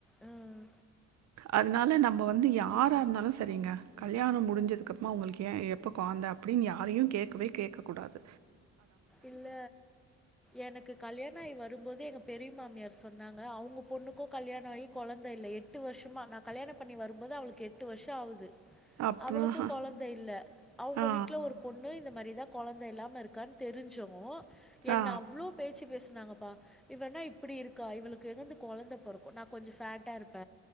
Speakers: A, in the centre; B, on the right (about 60°).
A: உம்
B: அதனால நம்ம வந்து யாரா இருந்தாலு செரிங்க கல்யாணம் முடிஞ்சதுக்க அப்றமா அவங்களுக்கு ஏன் எப்போ கொழந்த அப்டின்னு யாரையு கேட்கவே கேக்க கூடாது
A: இல்ல எனக்கு கல்யாணம் ஆகி வருபோது எங்க பெரி மாமியார் சொன்னாங்க அவுங்க பொண்ணுக்கு கல்யாணம் ஆகி கொழந்த இல்லையே எட்டு வருஷமா நா கல்யாணம் பண்ணி வரும்போது அவளுக்கு எட்டு வருஷோ ஆவுது
B: அப்புறம்
A: அவளுக்கு கொழந்த இல்ல அவங்க
B: ஆ,
A: வீட்ல ஒரு பொண்ணு இந்த மாரிதா கொழந்த எல்லாம இருக்கா தெரிஞ்சவு என்ன
B: ஆ, ஆ,
A: அவ்ளோ பேச்சு பேஸ் திட்னாங்கபா இவ என்ன இப்டி இருக்கா இவளுக்கு <unintelligible> கொழந்த பொறக்கு நா கொஞ்சோ ஃப்ட்டா இருப்ப